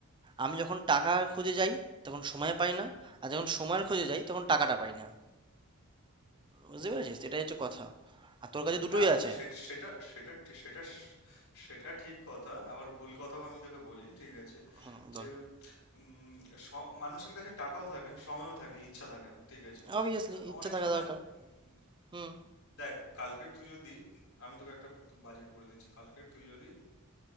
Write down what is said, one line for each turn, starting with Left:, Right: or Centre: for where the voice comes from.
Right: আমি যখন টাকা খুঁজে যাই তখন সময় পাই না আর যখন সময় খুঁজে যাই তখন টাকাটা পাই না বুঝতে পেরেছিস এটাই হচ্ছে কথা আর তোর কাছে দুটোই
Left: না
Right: আছে
Left: সে- সেটা সেটা ঠি- সেটা স- সেটা ঠিক কথা আবার ভুল কথাও আমি তোকে বলি ঠিক আছে
Right: হুম বল
Left: যে উম, স- মানুষের কাছে টাকাও থাকে সময়ও থাকে ইচ্ছা থাকে না ঠিক আছে
Right: অবভিয়াসলি
Left: তা
Right: ইচ্ছা
Left: অনেক
Right: থাকা
Left: সময়
Right: দরকার
Left: উম,
Right: হুম
Left: দেখ কালকের তুই যদি আমি তোকে একটা বাজেট বলে দিচ্ছি কালকের তুই যদি